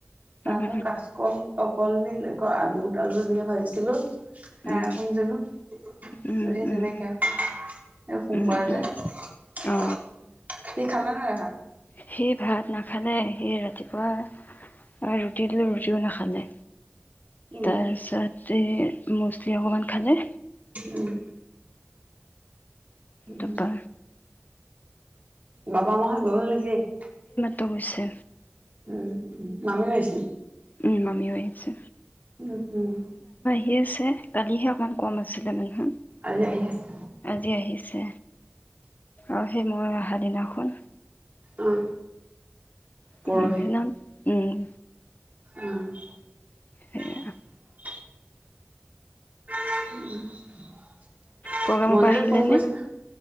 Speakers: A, on the right; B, on the left.
A: তাৰছত
B: উম
A: কাচকল অক কলদিল <unintelligible> আলু দিয়ে ভাজিছিলো, সেয়া
B: উম
A: অকন দিলো
B: উম
A: সেই তেনেকে
B: উম
A: এই সোমবাৰ
B: উম উম
A: যে ই,
B: অ
A: খালে নে নাই ভাত?
B: সি ভাত নাখালে, সি ৰাতিপুৱা ৰুটি দিলো ৰুটিও নাখালে
A: উম
B: তাছতে <unintelligible> অকমান খালে
A: উম। উম,
B: তাৰপা
A: হম। বাবা, মাহঁত <unintelligible>
B: ত' গৈছে
A: উম, উম। মামিয়ো আহিছিল?
B: উম, মামীও আহিছে।
A: উম, উম।
B: হিছে কালিহে অকমান কম আছিলে মানুহ,
A: আজি আহি আছে।
B: আজি আহিছে। অহ এই মই অহা দিনাখোন
A: অ' পৰহি
B: উম, সেইনা উম
A: অ'
B: সেয়া
A: <inaudible> <unintelligible>
B: প্ৰগ্ৰামৰ পৰা আহিলে
A: ফোন কৰিছিল,
B: নে?